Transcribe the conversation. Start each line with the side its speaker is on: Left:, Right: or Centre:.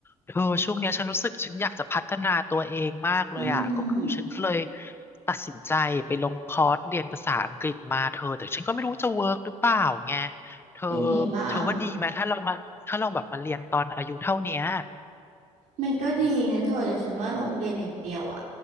Left: เธอช่วงเนี้ยฉันรู้สึกฉันอยากจะพัฒนาตัวเองมากเลยอ่ะก็คือฉันก็เลย
Right: อือหือ
Left: ตัดสินใจไปลงคอร์สเรียนภาษาอังกฤษมาเธอแต่ฉันก็ไม่รู้จะเวิร์กหรือเปล่าไงเธอ
Right: เป็นไงบ้าง
Left: เธอว่าดีไหมถ้าเรามาถ้าเราแบบมาเรียนตอนอายุเท่าเนี้ย
Right: มันก็ดีนะเธอแต่ฉันว่าโรงเรียนอย่างเดียวอ่ะ